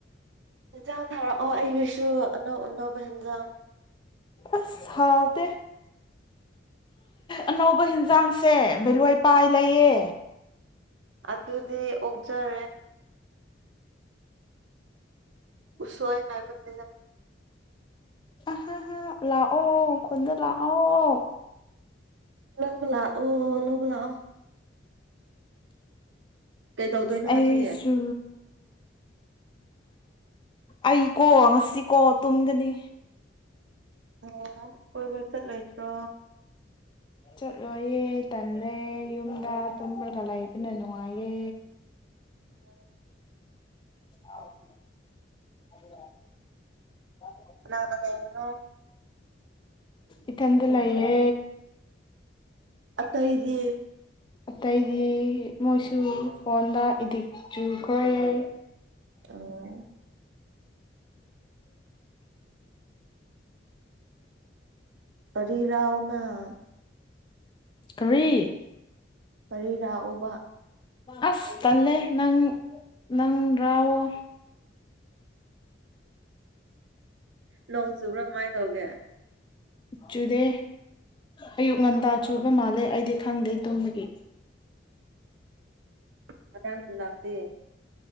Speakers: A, on the right; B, on the left.
A: ꯌꯦꯟꯖꯥꯡ ꯊꯥꯔꯛꯑꯣ ꯑꯩꯒꯤꯁꯨ ꯑꯅꯧ ꯑꯅꯧꯕ ꯍꯦꯟꯖꯥꯡ
B: ꯑꯁ ꯍꯥꯎꯗ ꯑꯅꯧꯕ ꯍꯟꯖꯥꯡꯁꯦ ꯕꯦꯂꯣꯏ ꯄꯥꯏ ꯂꯩꯌꯦ
A: ꯑꯗꯨꯗꯤ ꯑꯣꯛꯖꯔꯦ ꯎꯁꯣꯏ ꯍꯥꯏꯕꯅꯦ
B: ꯍꯥ ꯍꯥ ꯂꯥꯛꯑꯣ ꯈꯨꯗ ꯂꯥꯛꯑꯣ
A: ꯂꯧꯕ ꯂꯥꯛꯑꯣ ꯂꯧꯕ ꯂꯥꯛꯑꯣ ꯀꯩꯗꯧꯗꯣꯏꯅꯣ
B: ꯑꯩꯁꯨ
A: ꯉꯁꯤ
B: ꯑꯩꯀꯣ ꯉꯁꯤꯀꯣ ꯇꯨꯝꯒꯅꯤ
A: ꯑꯣ ꯀꯣꯏꯕ ꯆꯠꯂꯣꯏꯗ꯭ꯔꯣ
B: ꯆꯠꯂꯣꯏꯌꯦ ꯇꯥꯜꯂꯦ ꯌꯨꯝꯗ ꯇꯨꯝꯃꯒ ꯂꯩꯕꯅ ꯅꯨꯡꯉꯥꯏꯌꯦ
A: ꯑꯣ
B: <unintelligible>
A: ꯀꯅꯥꯅꯥ ꯂꯩꯔꯤꯅꯣ
B: ꯏꯊꯥꯟꯗ ꯂꯩꯌꯦ
A: ꯑꯇꯩꯗꯤ
B: ꯑꯇꯩꯗꯤ ꯃꯣꯏꯁꯨ ꯐꯣꯟꯗ ꯏꯗꯤꯛ ꯆꯨꯈ꯭ꯔꯦ ꯂ <inaudible> <inaudible>
A: ꯎꯝ ꯇꯔꯤꯔꯥꯎꯅꯥ <inaudible>
B: ꯀꯔꯤ
A: ꯀꯔꯤꯔꯥꯛꯑꯣꯕ
B: ꯑꯁ ꯇꯜꯂꯦ ꯅꯪ ꯅꯪ ꯔꯥꯎꯑꯣ
A: ꯅꯣꯡ ꯆꯨꯕ꯭ꯔꯥ ꯀꯃꯥꯏꯅ ꯇꯧꯒꯦ
B: ꯆꯨꯗꯦ ꯑꯌꯨꯛ ꯉꯟꯇꯥ ꯆꯨꯕ ꯃꯥꯜꯂꯦ ꯑꯩꯗꯤ ꯈꯪꯗꯦ ꯇꯨꯝꯒꯤ
A: ꯀꯅꯥꯁꯨ ꯂꯛꯇꯦ